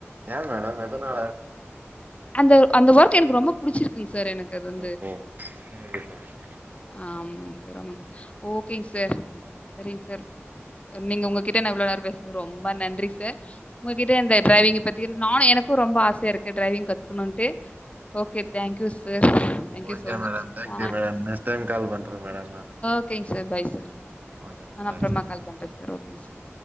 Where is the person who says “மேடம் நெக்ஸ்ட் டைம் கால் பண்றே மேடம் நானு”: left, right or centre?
Right